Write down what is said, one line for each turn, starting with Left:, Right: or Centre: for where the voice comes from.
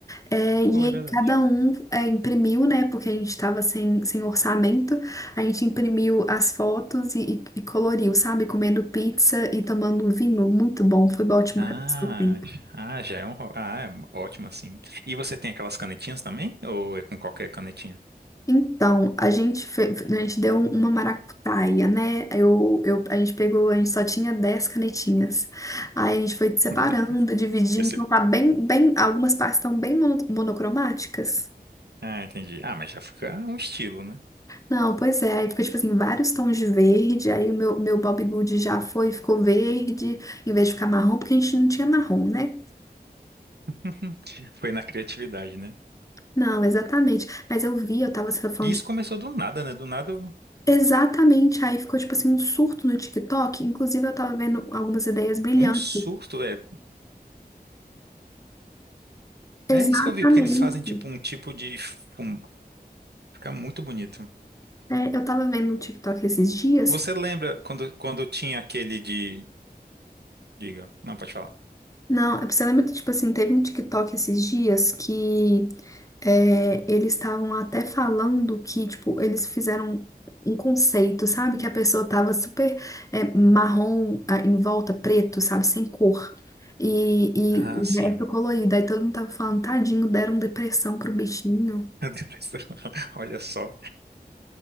Left: É, e
Right: foi
Left: aí
Right: verdade.
Left: cada um é, imprimiu, né? Porque a gente estava sem, sem orçamento, a gente imprimiu as fotos e, e- e coloriu, sabe? Comendo pizza e tomando vinho, muito bom, foi ótimo
Right: Ah,
Left: para passar tempo.
Right: ah, já é um. ro- Ah, é ótimo assim. E você tem aquelas canetinhas também? Ou é com qualquer canetinha?
Left: Então, a gente, fe- a gente deu um, uma maracutaia, né? Eu, eu, a gente pegou, a gente só tinha 10 canetinhas. Aí a gente foi separando,
Right: <laughs>
Left: dividindo,
Right: Esse-
Left: então tá bem, bem, algumas partes estão bem mono- monocromáticas.
Right: Ah, entendi. Ah, mas já fica um estilo, né?
Left: Não, pois é, aí ficou tipo assim, vários tons de verde, aí o meu, meu Bob Good já foi, ficou verde, em vez de ficar marrom, porque a gente não tinha marrom, né?
Right: <laughs> Foi na criatividade, né?
Left: Não, exatamente. Mas eu vi, eu tava você tá falando
Right: E isso
Left: de
Right: começou do nada, né? Do nada,
Left: Exatamente, aí ficou tipo assim um surto no TikTok. Inclusive, eu tava vendo algumas ideias brilhantes.
Right: um surto. É,
Left: Exatamente.
Right: é isso que eu vi, porque eles fazem tipo um tipo de. fum- Fica muito bonito.
Left: É, eu tava vendo um TikTok esses dias.
Right: Você lembra quando, quando tinha aquele de. Diga. Não, pode falar.
Left: Não, é, você lembra que, tipo assim, teve um TikTok esses dias que é, eles estavam até falando que, tipo, eles fizeram um conceito, sabe? Que a pessoa tava super é, marrom ah, em volta, preto, sabe? Sem cor. E,
Right: Ah,
Left: e o
Right: sim.
Left: resto colorido. Aí todo mundo tava falando, tadinho, deram depressão pro bichinho.
Right: <laughs> A depressão. <laughs> Olha só.